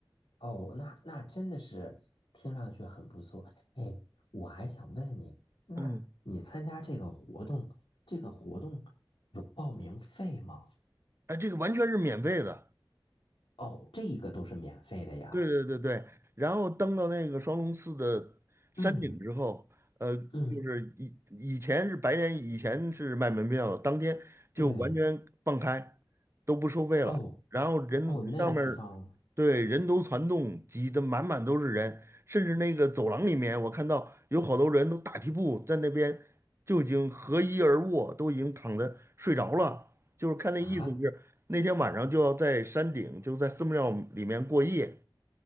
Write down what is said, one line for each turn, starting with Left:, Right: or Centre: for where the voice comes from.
Left: 哦，那那真的是听上去很不错，哎，我还想问你，那你参加这个活动，
Right: 嗯，
Left: 这个活动有报名费吗？
Right: 哎，这个完全是免费的。
Left: 哦，这一个都是免费的呀，
Right: 对对对对，然后登到那个双龙寺的山顶之后，
Left: 嗯。
Right: 呃，
Left: 嗯，
Right: 就是以以前是白天，以前是卖门票的，当天就完全放开，
Left: 对，
Right: 都不收费了。
Left: 哦
Right: 然后人上面儿对，
Left: 哦，那个地方
Right: 人头攒动，挤得满满都是人，甚至那个走廊里面，我看到有好多人都打地铺在那边就已经合衣而卧，都已经躺着睡着了，就是看那意思就是那天晚上就要在山顶，
Left: 啊，
Right: 就在寺庙里面过夜。